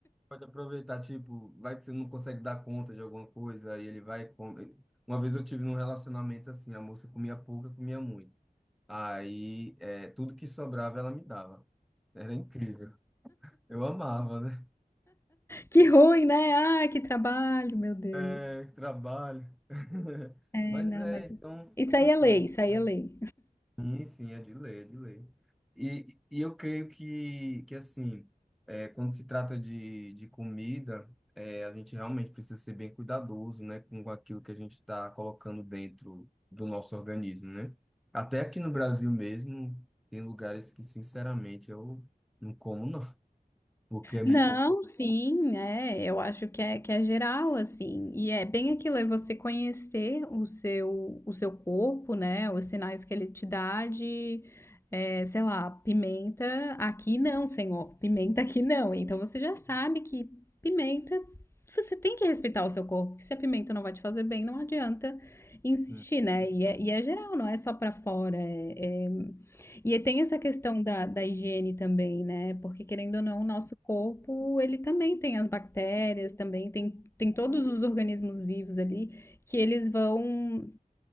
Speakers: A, in the centre; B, on the left.
A: pode aproveitar, tipo, vai que você não consegue dar conta de alguma coisa, aí ele vai e come. Uma vez eu tive num relacionamento assim, a moça comia pouco, eu comia muito. Aí, é, tudo que sobrava ela me dava. Era incrível. Eu amava, né?
B: Que ruim, né? Ah, que trabalho, meu Deus.
A: É, trabalho. <laughs>
B: É,
A: Mas
B: não,
A: é,
B: mas
A: então,
B: isso aí é lei,
A: é,
B: isso aí é lei.
A: sim, sim, é de lei, é de lei. E, e eu creio que, que assim, é, quando se trata de, de comida, é, a gente realmente precisa ser bem cuidadoso, né, com aquilo que a gente está colocando dentro do nosso organismo, né? Até aqui no Brasil mesmo, tem lugares que, sinceramente, eu não como, não, porque é muito.
B: Não, sim, é, eu acho que é, que é geral, assim, e é bem aquilo, é você conhecer o seu, o seu corpo, né, os sinais que ele te dá de, é, sei lá, pimenta, aqui não, senhor, pimenta aqui não, então você já sabe que pimenta, você tem que respeitar o seu corpo, porque se a pimenta não vai te fazer bem, não adianta insistir,
A: <laughs>
B: né, e é, e é geral, não é só pra fora, é, é e tem essa questão da, da higiene também, né? Porque querendo ou não, o nosso corpo, ele também tem as bactérias, também tem, tem todos os organismos vivos ali que eles vão